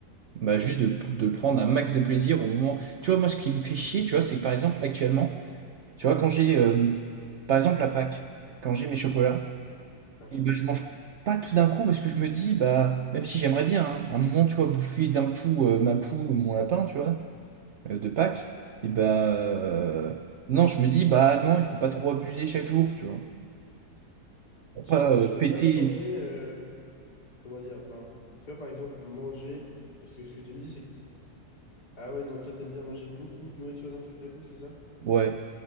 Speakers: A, on the right; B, on the left.
A: Bah, juste de, de prendre un max de plaisir au moment. Tu vois, moi, ce qui me fait chier, tu vois, c'est que par exemple, actuellement, tu vois, quand j'ai, euh, par exemple, à Pâques, quand j'ai mes chocolats,
B: Hein,
A: Et
B: hein.
A: ben, je mange pas tout d'un coup parce que je me dis, bah, même si j'aimerais bien, hein, à un moment, tu vois, bouffer d'un coup euh, ma poule ou mon lapin, tu vois, euh, de Pâques, et bah, euh, non, je me dis, bah, non, il faut pas trop abuser chaque jour, tu vois, pour
B: Et tu,
A: pas
B: et
A: euh,
B: tu
A: péter,
B: peux pas changer, euh, comment dire, enfin, tu vois, par exemple, manger, parce que ce que tu me dis, c'est que, ah ouais, non, toi, t'aimes bien manger beaucoup de nourriture d'un tout- d'un coup, c'est ça?
A: ouais,